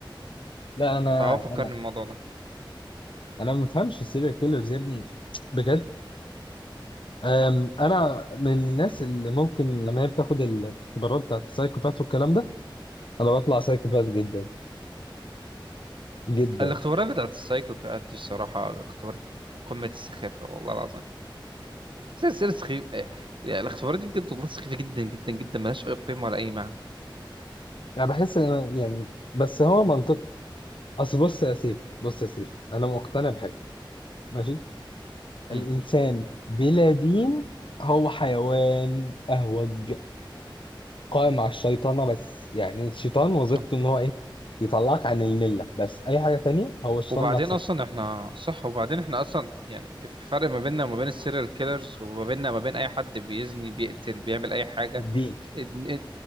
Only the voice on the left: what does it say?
لا انا
انا
انا ما بفهمش السيريال كيلرز يا ابني بجد أم، انا من الناس اللي ممكن لما هي بتاخد الاختبارات بتاعت السايكوباث والكلام ده انا بطلع سايكوباث جدا جدا
انا بحس ان أنا يعني بس هو منطق اصل بص يا سيف بص يا سيف انا مقتنع بحاجه ماشي
الانسان بلا دين هو حيوان اهوج قائم على الشيطنه بس يعني الشيطان وظيفته
ان هو ايه يطلعك عن المله بس اي حاجه تانية هو الشيطان
نفسك
الدين